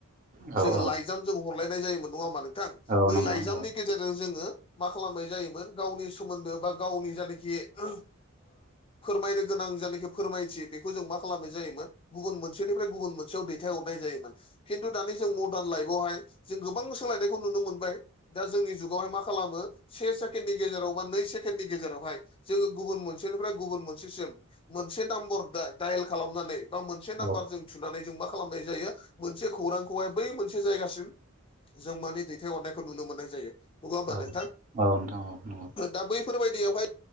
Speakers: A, on the right; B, on the left.
A: औ
B: जोङो
A: औ
B: लाइ जाम जों हरलायनाय जायोमोन नङा हामा नोंथां?
A: औ
B: बै
A: नंगौ
B: लाइजामनि गेजेरजों जोङो मा खालामनाय जायोमोन गावनि सोमोन्दो बा गावनि जानिखि ओ फोरमायनो गोनां जानिखि फोरमायथि बेखौ जों मा खालामनाय जायोमोन गुबुन मोनसेनिफ्राय गुबुन मोनसेयाव दैथाय हरनाय जायोमोन। खिन्थु दानि जों मदार्न लाइफआवहाय जों गोबां सोलायनायखौ नुनो मोनबाय। दा जोंनि जुगावहाय मा खालामो से सेकेण्डनि गेजेराव बा नै से केननि गेजेरावहाय जोङो गुबुन मोनसेनिफ्राय गुब मोनसेसिम मोनसे नाम्बर दा दाइल खालामनानै बा मोनसे नाम्बार
A: औ
B: जों थुनानै जों मा खालामनाय जायो मोनसे खौरांखौहाय बै मोनसे जायगासिम जों मानि दैथायहरनायखौ नुनो मोननाय जायो। बुङा होमबा
A: औ
B: नोंथां?
A: औ नोंथां औ नंगौ
B: दा बैफोरबायदियावहाय